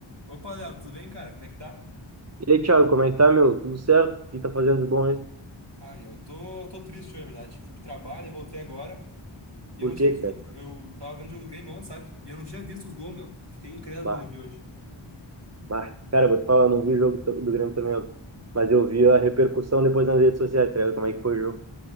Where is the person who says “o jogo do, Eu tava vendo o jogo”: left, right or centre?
Right